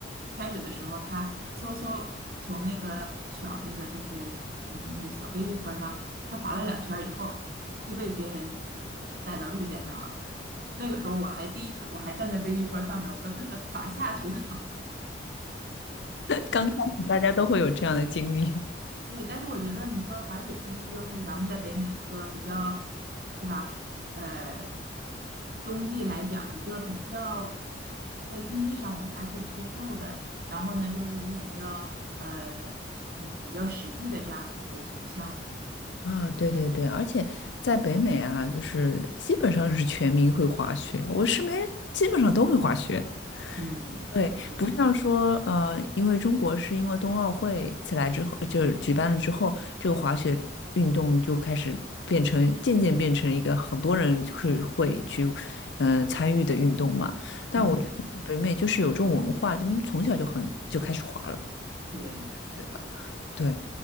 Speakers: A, on the right; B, on the left.
A: 开始的时候她嗖嗖从那个小那个就是就是那个小 baby 坡上，她滑了两圈儿以后就被别人带到绿线上了。那个时候我还第一圈，我还站在 baby 坡上面，我说这可咋下去啊？
B: 刚开始大家都会有这样的经历。<laughs>
A: 对，但是我觉得你说滑雪是不是又是咱们在北美一个比较，是吧？呃，冬季来讲一个比较在经济上我们还可以接受的，然后呢又是一个比较呃呃比较实际的这样的一个体育项目。
B: 啊，对对对，而且在北美啊，就是基本上是全民会滑雪，我身边基本上都会滑雪。
A: 嗯，
B: 对，
A: 对，
B: 不像说呃，因为中国是因为冬奥会起来之后，就是举办了之后，这个滑雪运动就开始变成渐渐变成一个很多人就是会去嗯、呃参与的运动嘛。但我觉得北美就是有这种文化，
A: 嗯。
B: 就从小就很就开始滑了。
A: 对，
B: 对了。对